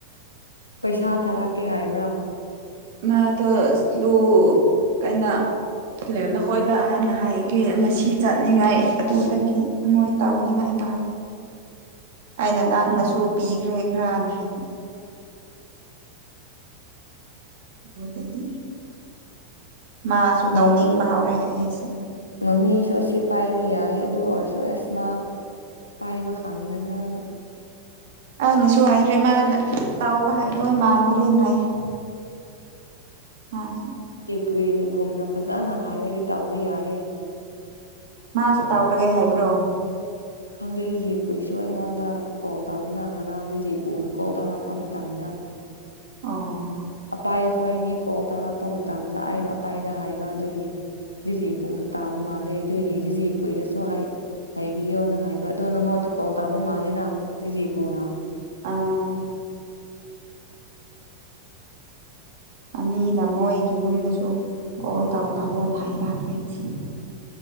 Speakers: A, on the left; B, on the right.
A: ꯄꯩꯁꯥ ꯊꯥꯂꯛꯀꯦ ꯍꯥꯏꯕ꯭ꯔꯥ
B: ꯃꯥꯇ ꯁ꯭ꯂꯨ ꯀꯩꯅ ꯅꯈꯣꯏꯗ ꯍꯍꯥꯟꯅ ꯍꯥꯏꯒꯦ ꯉꯁꯤ ꯆꯠꯅꯤꯡꯉꯥꯏ ꯑꯗꯨꯗꯒꯤ ꯃꯣꯏ ꯇꯧꯅꯤꯡꯉꯥꯏ ꯃꯥꯜꯂꯦ ꯑꯩꯅ ꯅꯪꯅꯁꯨ ꯄꯤꯈ꯭ꯔꯦ ꯈꯔꯅ ꯍꯥꯏꯕ ꯑꯗꯨꯗꯒꯤ ꯃꯥꯁꯨ ꯇꯧꯅꯤꯡꯕ
A: ꯃꯃ
B: ꯍꯧꯔꯦ ꯍꯥꯏꯌꯦ ꯁꯤ
A: ꯃꯃꯤꯁꯨ ꯑꯁꯤꯦ ꯄꯥꯏꯕ ꯌꯥ ꯑꯗꯨ ꯑꯣꯏꯔꯁꯨ ꯑꯦꯁꯃꯥ ꯄꯥꯏꯕ ꯈꯪꯒꯗ꯭ꯔꯅ
B: ꯑꯩꯅꯁꯨ ꯍꯥꯏꯈ꯭ꯔꯦ ꯃꯥꯅ ꯇꯥꯎꯕ ꯍꯥꯏꯗꯏ ꯃꯥꯟꯗ꯭ꯔꯦꯅ ꯍꯥꯏꯌꯦ ꯍ ꯁ
A: ꯀꯨꯏꯅꯦꯒꯨꯝꯅ ꯐꯖꯅ ꯍꯥꯏꯔꯗꯤ ꯇꯥꯎꯕ ꯌꯥꯏꯌꯦꯦ
B: ꯃꯥꯁꯨ ꯇꯥꯎꯔꯒꯦ ꯍꯥꯏꯕ꯭ꯔꯣ
A: ꯈꯪꯗꯦ ꯖꯤ ꯖꯤꯦꯄꯨꯁꯨ ꯑꯩꯉꯣꯟꯗ ꯀꯣꯜ ꯇꯧꯋꯤ ꯅꯪ ꯉꯔꯥꯡ ꯖꯤ ꯖꯤꯦꯄꯨꯅ ꯀꯣꯜ ꯇꯧꯔꯛꯄ ꯃꯇꯝꯗ
B: ꯑꯣ
A: ꯑꯄꯥꯏ ꯍꯣꯏꯅꯤ ꯀꯣꯜ ꯇꯧꯔꯛꯄ ꯃꯇꯝꯗ ꯑꯩꯅ ꯑꯄꯥꯏꯗ ꯍꯥꯏꯕ ꯑꯗꯨꯒꯤ ꯖꯤꯖꯤꯄꯨꯁꯨ ꯇꯥꯕ ꯃꯥꯜꯂꯦ ꯑꯗꯨꯒꯤ ꯖꯤꯖꯤ ꯄꯨꯨꯏꯗꯁꯨ ꯍꯥꯏ ꯍꯥꯏꯕꯤꯌꯣꯅ ꯍꯥꯏꯕ ꯑꯗꯣ ꯅꯪꯉꯣꯟꯗ ꯀꯣꯜ ꯇꯥꯎꯧꯕ ꯃꯥꯜꯂꯦꯅ ꯔꯤ ꯄꯨꯅ
B: ꯑꯥ ꯑꯅ ꯃꯣꯏꯒꯤ ꯌꯨꯝꯗꯁꯨ ꯀꯣꯜ ꯗꯥꯥꯎꯇꯥꯕꯣꯟ ꯅ ꯍꯥꯏꯥꯏꯔꯥꯛ ꯂꯦꯡꯁꯤꯅꯤ